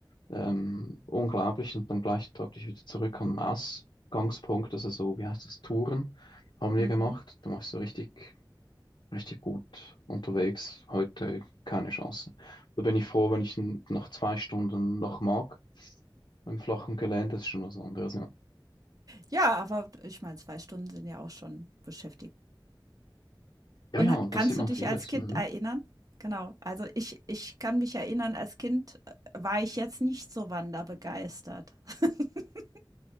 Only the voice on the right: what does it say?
Mhm.
Ja, aber ich meine, 2 Stunden sind ja auch schon Beschäftigung.
Und
ha
kannst
du dich
als Kind
erinnern? Genau, also ich ich kann mich erinnern, als Kind, äh, war ich jetzt nicht so wanderbegeistert. <laughs>